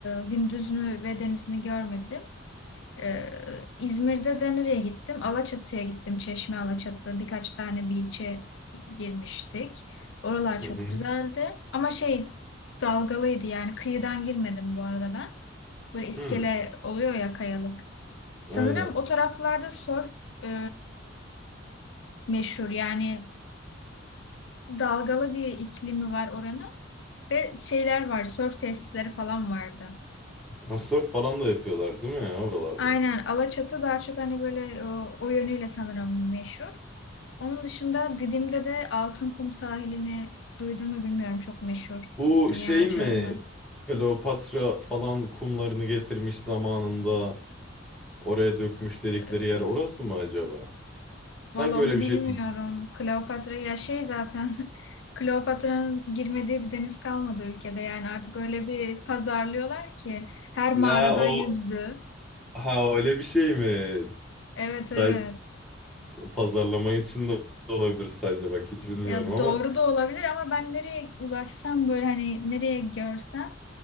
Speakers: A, on the left; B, in the centre.
A: gündüzünü ve denizini görmedim. E, İzmir'de de nereye gittim? Alaçatı'ya gittim. Çeşme Alaçatı. Birkaç tane beach'e girmiştik. Oralar
B: hı
A: çok
B: hı.
A: güzeldi. Ama şey dalgalıydı yani kıyıdan girmedim bu arada ben. Böyle iskele
B: hı.
A: oluyor ya kayalık. Sanırım
B: Aynen.
A: o taraflarda surf e, meşhur. Yani dalgalı bir iklimi var oranın. Ve şeyler var, surf tesisleri falan vardı.
B: Ha, Surf falan da yapıyorlar değil mi ya oralarda?
A: Aynen Alaçatı daha çok hani böyle e, o yönüyle sanırım meşhur. Onun dışında Didim'de de Altınkum sahilini duydun mu bilmiyorum çok meşhur.
B: Bu
A: Dünyaca
B: şey mi?
A: ünlü.
B: Kleopatra falan kumlarını getirmiş zamanında. Oraya dökmüş dedikleri
A: E,
B: yer orası mı acaba? Sanki
A: Valla
B: öyle
A: onu
B: bir
A: bilmiyorum.
B: şey duymuştum.
A: Kleopatra ya şey zaten <laughs> Kleopatra'nın girmediği bir deniz kalmadı ülkede. Yani artık öyle bir pazarlıyorlar ki her mağarada
B: Ha o
A: yüzdü.
B: ha öyle bir şey mi?
A: Evet
B: Say
A: evet.
B: pazarlama için de olabilir sadece bak hiç bilmiyorum
A: Ya
B: ama
A: doğru da olabilir ama ben nereye ulaşsam böyle hani nereye görsem